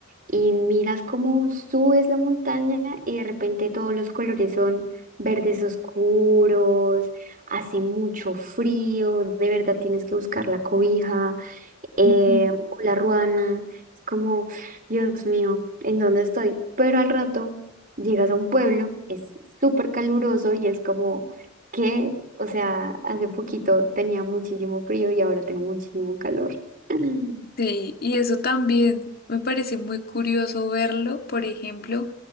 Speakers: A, on the right; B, on the left.
A: y miras cómo subes la montaña y de repente todos los colores son verdes oscuros, hace mucho frío, de verdad tienes que buscar la cobija eh,
B: Ujú.
A: hola Ruana, es como, Dios mío, ¿en dónde estoy? Pero al rato llegas a un pueblo, es súper caluroso y es como que, o sea, hace poquito tenía muchísimo frío y ahora tengo muchísimo calor. Mm.
B: Sí, y eso también me parece muy curioso verlo, por ejemplo,